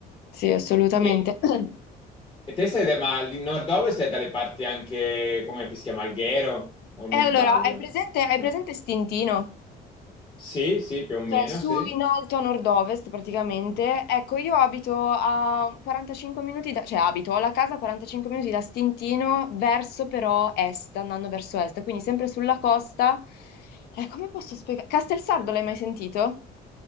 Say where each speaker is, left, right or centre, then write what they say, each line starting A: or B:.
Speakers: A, on the left; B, on the left.
A: sì, assolutamente.
B: E,
A: <clears throat>
B: e te sei, da- ma il nord-ovest è dalle parti anche, come che si chiama, Alghero, o mi
A: E
B: sbaglio?
A: allora, hai presente, hai
B: Eh.
A: presente Stintino?
B: Sì, sì, più o meno,
A: Che è su
B: sì.
A: in alto a nord-ovest praticamente. Ecco, io abito a 45 minuti da... cioè abito, ho la casa a 45 minuti da Stintino verso però est, andando verso est, quindi sempre sulla costa. Eh, come posso spiegare? Castelsardo l'hai mai sentito?